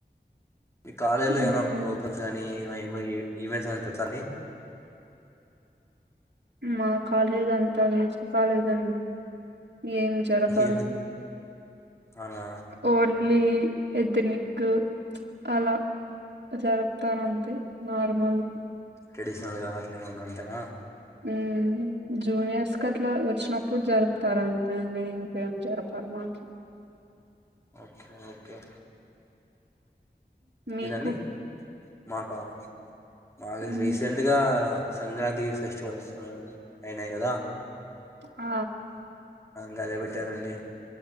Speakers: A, on the left; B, on the right.
A: మీ కాలేజ్
B: ఉమ్,
A: లో ఏమైనా ప్రోగ్రామ్స్ గానీ ఏమన్నా ఈవెంట్స్ గాని పెడతారా అండి
B: మా కాలేజ్ అంతా వెస్ట్ కాలేజ్ అండి ఏం జరపరు
A: ఎందుకు అవునా
B: ఓన్లీ ఎద్దనిక్ అలా జరుపుతారంతే నార్మల్
A: ట్రెడిషనల్గా అట్ల ఏమన్నా అంతేన
B: ఉ జూనియర్స్ కి అట్లా వచ్చినప్పుడు జరుపుతారు అంతేండి ఇంకేం జరపరు మాకి
A: ఓకే ఓకే
B: మీకు
A: ఏదండి మాకా మాది
B: మ్మ్
A: రీసెంట్ గా సంక్రాంతి ఫెస్టివల్స్ అయినాయి కదా
B: ఆ
A: గదే పెట్టారండి